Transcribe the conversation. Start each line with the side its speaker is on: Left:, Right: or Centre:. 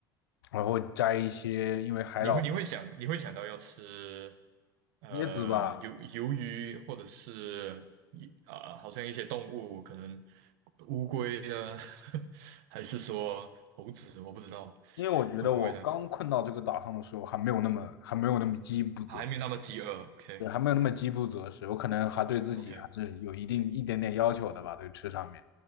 Left: 然后摘一些，因为海岛
Right: 你会你会想你会想到要吃呃鱿鱿鱼或者是一啊、
Left: 椰子吧，
Right: 好像一些动物，可能乌龟呢，<laughs> 还是说猴子，我不知道
Left: 因为我觉得我刚困到这个岛上的时候还没有那么还没有那么饥不择
Right: 会不会呢？还没那么饥饿，OK
Left: 对，还没有那么饥不择食，我可能还对自己还是有一定一点点要求的吧，
Right: OK，
Left: 对吃上面。